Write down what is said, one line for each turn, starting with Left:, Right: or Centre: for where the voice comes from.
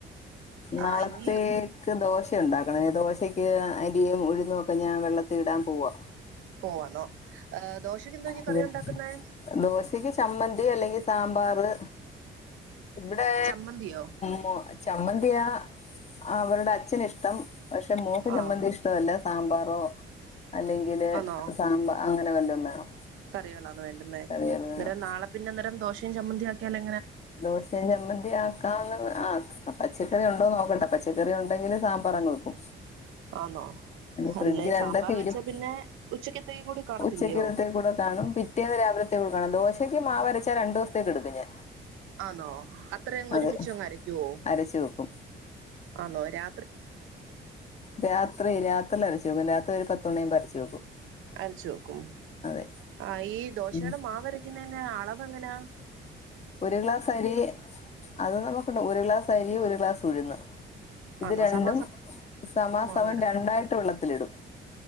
Left: നാളത്തേക്ക്
Right: ആഹ് ഇനി
Left: ദോശ ഉണ്ടാക്കണം ദോശക്ക് അരിയും ഉഴുന്നൊക്കെ ഞാൻ വെള്ളത്തി ഇടാൻ പോവാ
Right: പോവാന്നോ ഏഹ് ദോശക്ക് എന്തോ ഇനി കറി
Left: അതെ
Right: ഉണ്ടാക്കുന്നേ
Left: ദോശക്ക് ചമ്മന്തി അല്ലെ സാമ്പാറ് ഇവടേ
Right: ചമ്മന്തിയോ
Left: മോ ചമ്മന്തിയാ അവര്ടെ അച്ഛനിഷ്ട്ടം പക്ഷെ മോക്ക് ചമ്മന്തി
Right: ആഹ്
Left: ഇഷ്ട്ടമല്ല സാമ്പാറോ അല്ലെങ്കില്
Right: ആന്നോ
Left: സാമ്പാ അങ്ങനെ വല്ലോം വേണം
Right: കറികളാണ് വേണ്ടുന്നേ
Left: കറികൾ വേണം
Right: നാളെ പിന്നെന്നേരം ദോശയും ചമ്മന്തി ആ ക്കിയാലോ
Left: ദോശേം ചമ്മന്തിയാക്കാ ആഹ് പച്ചക്കറി ഉണ്ടോനോക്കട്ടെ പച്ചക്കറി ഉണ്ടെങ്കില് സാമ്പാറങ് വെക്കും
Right: ആന്നോ
Left: അ ഫ്രിഡ്ജിൽ
Right: അല്ലേ
Left: എന്തൊക്കെ
Right: സാമ്പാർ
Left: ഇരുപ്പ്
Right: വെച്ചാ പിന്നെ ഉച്ചക്കത്തേക്കും കൂടി കാണത്തില്ലയോ
Left: ഉച്ചക്കത്തേ കൂടെ കാണും പിറ്റേന്ന് രാവിലത്തെ ദോശക്ക് മാവരച്ചാ രണ്ടു ദിവസത്തേക്ക്ക്കെട്ക്കും ഞാൻ
Right: ആന്നോ അത്ര അങ്ങ് ഒരുമിച്ചങ്ങരക്കുവോ
Left: അതെ അരച്ചു വെക്കും
Right: ആന്നോ എത്ര
Left: രാത്രി രാത്രിൽ അരച്ചു വെക്കും രാത്രി ഒരു പത്തുമണിയാകുമ്പോ അരച്ച് വെക്കും.
Right: അരച്ചു വെക്കും
Left: അതെ
Right: ആഹ് ഈ ദോശേടെ
Left: ഉം
Right: മാവരയ്ക്കുന്നേ പിന്നെ അളവെങ്ങനാ
Left: ഒര് ഗ്ലാസരി അത് നമുക്ക്ണ്ട് ഒര്ഗ്ലാസ് അരിക്ക് ഒരര് ഗ്ലാസ് ഉഴുന്ന് ഇത്
Right: ആന്നോ
Left: രണ്ടും
Right: സമാസ
Left: സമാസമം
Right: മോനോ ഇട
Left: രണ്ടായിട്ട് വെള്ളത്തിലിടും